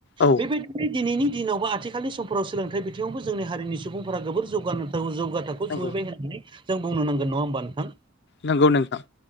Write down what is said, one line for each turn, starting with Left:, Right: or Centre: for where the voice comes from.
Left: औ
Right: बेबायदिनो दिनैनि दिनावबो आथिखालनि समफोराव सोलोंथाइ बि यावबो जोंनि हारिनि सुबुंफोरा गोोबोर जौगानो जौगा थाखोआव
Left: नंगौ
Right: सहैबाय होननानै जों बुंनो नांगोन नङा होमबा नोंथां?
Left: नंगौ नोंथां।